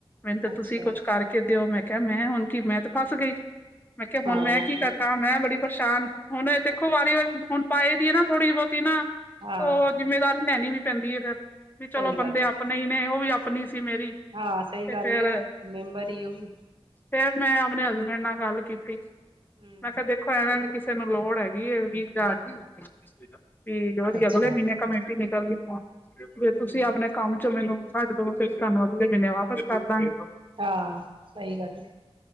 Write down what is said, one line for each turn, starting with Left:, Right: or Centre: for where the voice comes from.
Left: ਮੈਨ ਤੇ
Right: ਅੱਛਾ
Left: ਤੁਸੀ ਈ ਕੁਛ ਕਰ ਕੇ ਦਿਔ। ਮੈਂ ਕਿਆ ਮੈਂ ਹੁਣ ਕੀ ਮੈਂ ਤੇ ਫਸ ਗਈ। ਮੈਂ
Right: ਹਾਂ
Left: ਕਿਆ ਹੁਣ ਮੈਂ
Right: ਹੋਰ
Left: ਕੀ ਕਰਾਂ ਮੈਂ ਬੜੀ ਪਰੇਸ਼ਾਨ। ਹੁਣ ਐ ਦੇਖੋ ਵਾਰੀ-ਵਾਰੀ ਹੁਣ ਪਾਏ ਦੀ ਐ ਨਾ ਥੋੜ੍ਹੀ ਬੋਤੀ ਨਾ
Right: ਹਾਂ।
Left: ਉਹ ਜਿੰਮੇਦਾਰੀ ਲੈਣੀ ਵੀ ਪੈਂਦੀ ਏ ਫੇਰ ਵੀ
Right: ਸਹੀ
Left: ਚਲੋ ਬੰਦੇ
Right: ਗੱਲ ਏ।
Left: ਆਪਣੇ ਈ ਨੇ ਔ ਵੀ ਆਪਣੀ ਸੀ ਮੇਰੀ
Right: ਹਾਂ ਸਈ
Left: ਤੇ
Right: ਗੱਲ
Left: ਫੇਰ
Right: ਏ ਔ ਮੈਂਬਰ ਈ ਏ ਔ ਵੀ
Left: ਫੇਰ ਮੈਂ ਆਪਣੇ ਹਸਬੈਂਡ ਨਾਲ ਗੱਲ ਕੀਤੀ
Right: ਹੂੰ,
Left: ਮੈਂ ਕਿਆ ਦੇ ਖੋ ਐਂਵੇਂ ਐਂਵੇ ਕਿਸੇ ਨੂੰ ਲੋੜ ਹੈਗੀ ਏ ਓਦੀ <unintelligible>
Right: ਹੂੰ।
Left: ਔਦੀ
Right: ਅੱਛਾ,
Left: ਅਗਲੇ ਮੀਨੇ ਕਮੇਟੀ ਨਿਕਲ ਗਈ।
Right: ਹੂੰ
Left: ਵੇ ਤੁਸੀ ਆਪਣੇ ਕੰਮ ਚੋ ਮੈਨੂੰ ਕੱਢ ਦੋ ਤੇ ਤਾਨੂੰ ਅਗਲੇ ਮਹੀਨੇ ਵਾਪਸ ਕਰਦਾਂਗੀ।
Right: ਹਾਂ ਸਹੀ ਗੱਲ ਏ